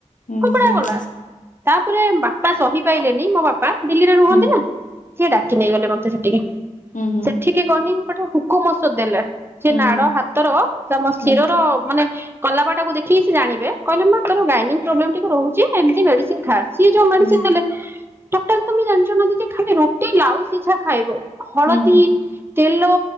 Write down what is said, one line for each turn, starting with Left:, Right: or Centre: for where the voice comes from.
Left: ହୁଁ
Right: ଫୋପଡା
Left: ହୁଁ।
Right: ଗଲା ତାପରେ ବାପା ସହି ପାଇଲେନି ମୋ ବାପା ଦିଲ୍ଲୀରେ ରୁହନ୍ତି
Left: ହୁଁ
Right: ନା ସିଏ ଡାକି ନେଇ ଗଲେ ମତେ ଠିକ୍
Left: ହୁଁ ହୁଁ
Right: ସେଠିକେ ଗନିଠ ପୁକମସ ଦେଲେ
Left: ହୁଁ
Right: ସେ ନାଡ ହାତର ତମ
Left: ହୁଁ
Right: ଶିରର ମାନେ କଲା ବାଟାକୁ ଦେଖି ସେ ଜାଣେ କହିଲେ ମା ତୋର ଗାଇନି ପ୍ରୋବ୍ଲେମ ଟିକେ ରହୁଛି ଏମତି ମେଡସିନ ଖା ସିଏ ଯୋଉ ମେଡିସିନ
Left: ହୁଁ
Right: ଦେଲେ ଟା ତୁମେ ଜଣିଛ ନା ଯି ଖାଇବେ ରୁଟି ଲାଉ ସିଝା ଖାଇବ ହଳଦୀ
Left: ହୁଁ ହୁଁ ହୁଁ
Right: ତେଲ